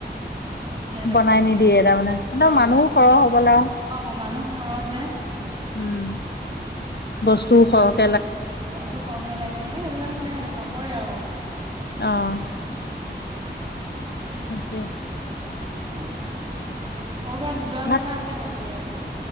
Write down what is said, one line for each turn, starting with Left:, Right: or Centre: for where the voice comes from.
Right: বৰ ধুনীয়া লাগিছে
Left: বনাই নিদিয়ে
Right: বোলে। অ,
Left: তাৰমানে একদম মানুহো সৰহ হ'বলা আৰু।
Right: অ মানুহ সৰহ যে
Left: উম বস্তু হওক
Right: বস্তু সৰহকে লাগে, এইবিলাক মানে নকৰে আৰু।
Left: অ' তাকে।
Right: উম, কৰ'বাত যোৱা
Left: ভাত
Right: কথা আছে নেকি আজি?